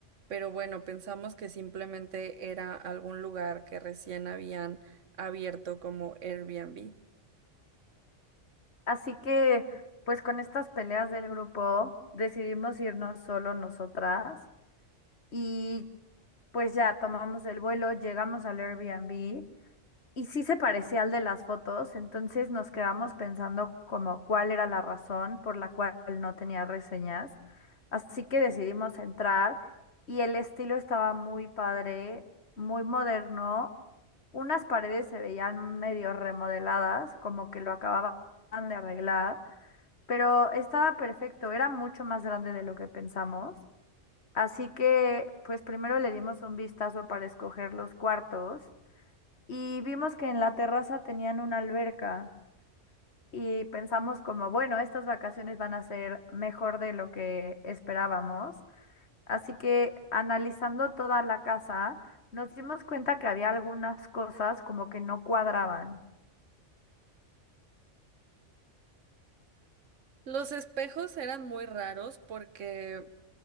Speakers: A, on the right; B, on the left.
A: pero bueno, pensamos que simplemente era algún lugar que recién habían abierto como Airbnb.
B: Así que, pues con estas peleas del grupo, decidimos irnos solo nosotras y pues ya tomamos el vuelo, llegamos al Airbnb y sí se parecía al de las fotos, entonces nos quedamos pensando como cuál era la razón por la cual no tenía reseñas. Así que decidimos entrar y el estilo estaba muy padre, muy moderno. Unas paredes se veían medio remodeladas, como que lo acababan de arreglar pero estaba perfecto, era mucho más grande de lo que pensamos. Así que, pues primero le dimos un vistazo para escoger los cuartos y vimos que en la terraza tenían una alberca y pensamos como, bueno, estas vacaciones van a ser mejor de lo que esperábamos. Así que analizando toda la casa, nos dimos cuenta que había algunas cosas como que no cuadraban.
A: Los espejos eran muy raros porque